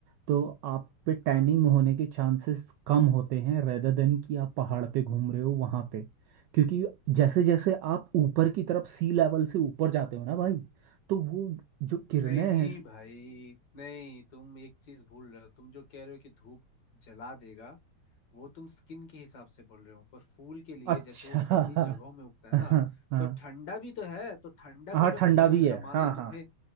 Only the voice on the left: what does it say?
हाँ
नहीं
भाई नहीं तुम एक चीज भूल रहे हो तुम जो कह रहे हो कि धूप जला देगा वो तुम स्किन के हिसाब से बोल रहे हो पर फूल के लिए
जैसे वो
ठंडी जगहों में उगता है
ना
तो ठंडा भी तो है तो ठंडा का
अगर
तुम्हें मिल
रहा मान
लो तुम्हें